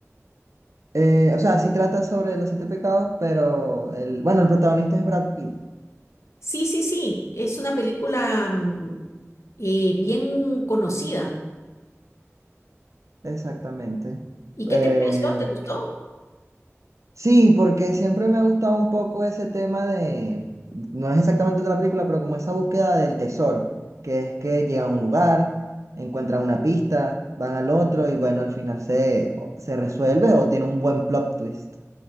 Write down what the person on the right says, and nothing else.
Eh, o sea, sí trata sobre los siete pecados, pero el, bueno, el protagonista es Brad Pitt,
exactamente.
Eh,
Sí, porque siempre me ha gustado un poco ese tema de, no es exactamente otra película, pero como esa búsqueda del tesoro, que es que llegan a un lugar, encuentran una pista, van al otro y bueno, al final se, o- se resuelve o tiene un buen plot twist.